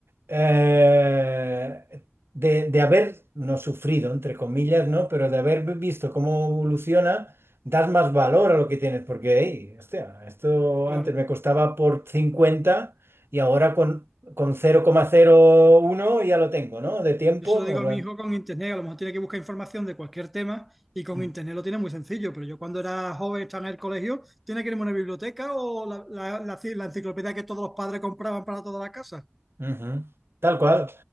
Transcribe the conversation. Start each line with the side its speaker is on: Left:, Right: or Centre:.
Right: eh, de, de haber no sufrido, entre comillas, ¿no? Pero de haber visto cómo evoluciona, das más valor a lo que tienes, porque, hey, hostia, esto
Centre: Claro.
Right: antes me costaba por 50 y ahora con, con cero cero coma cero uno ya lo tengo, ¿no? De tiempo,
Centre: Yo se lo digo
Right: en
Centre: a
Right: plan,
Centre: mi hijo con internet, a lo mejor tiene que buscar información de cualquier tema y con
Right: mm,
Centre: internet lo tiene muy sencillo, pero yo cuando era joven, estaba en el colegio, tiene que irme a una biblioteca o la, la- la ci- la enciclopedia que todos los padres compraban para toda la casa.
Right: ujú, Tal cual,